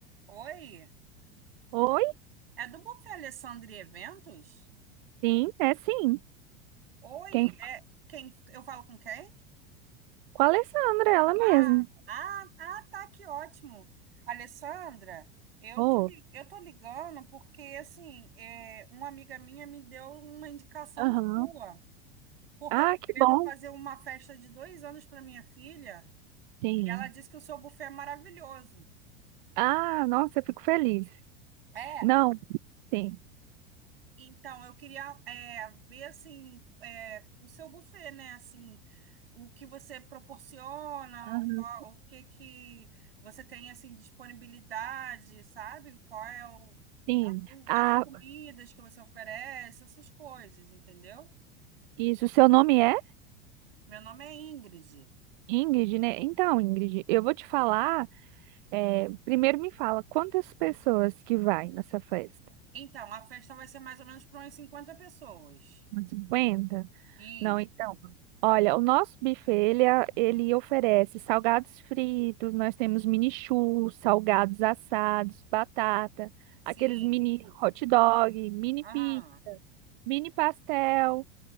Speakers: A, on the right; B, on the right.
A: Oi?
B: Oi?
A: É do Buffet Alessandro e Eventos?
B: Sim, é sim.
A: Oi?
B: Quem?
A: É quem? Eu falo com quem?
B: Com a Alessandra, ela mesmo.
A: Ah, ah, ah, tá, que ótimo. Alessandra, eu
B: Oh,
A: tô, li- eu tô ligando porque, assim, é, uma amiga minha me deu uma indicação
B: aham.
A: sua, porque
B: Ah,
A: eu tô querendo
B: que bom.
A: fazer uma festa de dois anos para minha filha
B: Sim.
A: e ela disse que o seu buffet é maravilhoso.
B: Ah, nossa, eu fico feliz.
A: É,
B: Não, sim.
A: então eu queria é, ver, assim, é, o seu buffet, né? Assim, o que você proporciona,
B: Aham,
A: o, qual- o que que você tem assim disponibilidade, sabe? Qual é o,
B: sim.
A: a- o-
B: Ah,
A: as comidas que você oferece, essas coisas, entendeu?
B: isso, seu nome é
A: Meu nome é Ingrid.
B: Ingrid, né? Então, Ingrid, eu vou te falar. é, primeiro me fala, quantas pessoas que vai nessa festa?
A: Então, a festa vai ser mais ou menos para umas cinquenta pessoas.
B: Umas 50?
A: Isso,
B: Não, então. Olha, o nosso buffet, ele, a- ele oferece salgados fritos, nós temos mini churros, salgados assados, batata,
A: sim.
B: aqueles mini hot dog, mini
A: Aham.
B: pi, mini pastel,